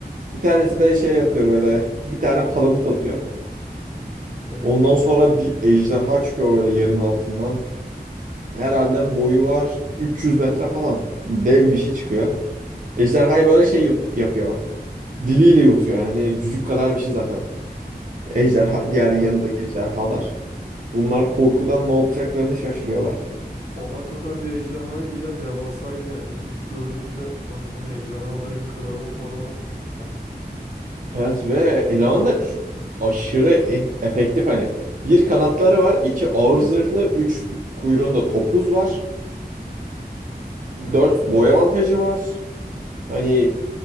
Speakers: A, on the right (about 55°); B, on the right (about 80°).
A: Bir tanesi de şey atıyor böyle bir tane palamut atıyor.
B: Evet.
A: Ondan sonra bir ejderha çıkıyor böyle yerin altından. Herhalde boyu var 300 metre falan. Dev bir şey çıkıyor. Ejderhayı böyle şey yut yapıyor. Diliyle yutuyor yani cücük kadar bir şey zaten. Ejderha,
B: Aynen.
A: diğer yanındaki ejderhalar. Bunlar korkudan ne yapacaklarını şaşırıyorlar.
B: Ada kadar bir ejderhaydı ya. Devasaydı yani. Hani ilk gördüğümüzde ulan bu ne ejderhaların kralı mı falan olmuştum ben.
A: Evet ve eleman da ç- aşırı e- efektif hani. Bir kanatları var, iki ağır zırhlı, üç kuyruğunda topuz var.
B: Aynen.
A: Dört boy avantajı var. Hani